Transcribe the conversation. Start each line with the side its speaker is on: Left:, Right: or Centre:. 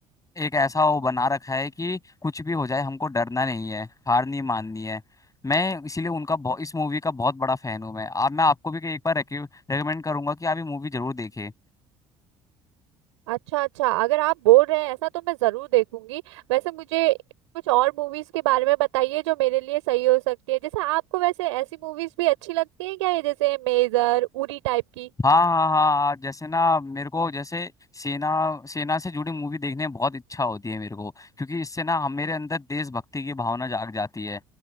Left: एक ऐसा वो बना रखा है कि कुछ भी हो जाए हमको डरना नहीं है हार नहीं माननी है मैं इसीलिए उनका बहु- इस मूवी का बहुत बड़ा फैन हूं मैं आप मैं आपको भी एक बार रेकमेंड करूंगा कि आप ये मूवी जरूर देखें
Right: अच्छा अच्छा अगर आप बोल रहे हैं ऐसा तो मैं जरूर देखूंगी वैसे मुझे कुछ और मूवीज के बारे में बताइए जो मेरे लिए सही हो सकती है जैसे आपको वैसे ऐसी मूवीज भी अच्छी लगती है क्या ये जैसे मेजर उरी टाइप की
Left: हाँ हाँ हाँ हाँ जैसे ना मेरे को जैसे सेना सेना से जुड़ी मूवी देखने में बहुत इच्छा होती है मेरे को क्योंकि इससे ना हम मेरे अंदर देशभक्ति की भावना जाग जाती है